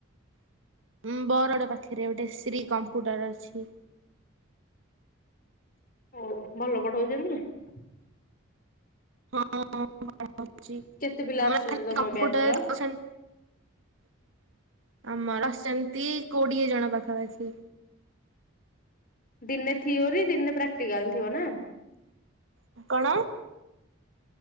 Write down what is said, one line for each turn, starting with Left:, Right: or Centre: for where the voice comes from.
Right: <inaudible> ବରଡ ପାଖରେ ଗୋଟେ ଶ୍ରୀ କମ୍ପ୍ୟୁଟର ଅଛି। ପି
Left: ହଉ, ଭଲ ପଢଉଚନ୍ତି? <inaudible>
Right: ହଁ <unintelligible>
Left: କେତେ ପିଲା ଆସୁଛନ୍ତି ତମ
Right: କମ୍ପ୍ୟଟର
Left: ବ୍ୟାଚ୍ ର?
Right: ଦସ <unintelligible> <inaudible> ଆମର ଆସୁଛନ୍ତି, କୋଡିଏ ଜଣ ପାଖାପାଖି।
Left: ଦିନେ ଥିଓରି ଦିନେ ପ୍ରାକ୍ଟିକାଲ ଥିବ ନା?
Right: <inaudible> କଣ?